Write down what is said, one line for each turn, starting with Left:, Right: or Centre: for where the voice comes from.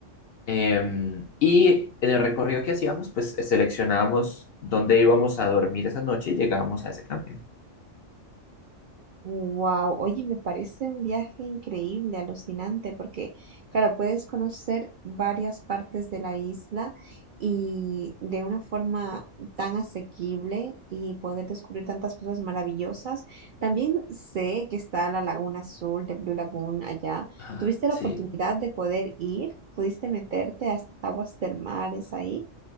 Left: Em, y en el recorrido que hacíamos, pues seleccionábamos dónde íbamos a dormir esa noche y llegábamos a ese camping.
Right: Wow, oye, me parece un viaje increíble, alucinante, porque, claro, puedes conocer varias partes de la isla y de una forma tan asequible y poder descubrir tantas cosas maravillosas. También sé que está la Laguna Azul de Blue Lagoon allá.
Left: Ajá,
Right: ¿Tuviste
Left: sí.
Right: la oportunidad de poder ir? ¿Pudiste meterte a estas aguas termales ahí?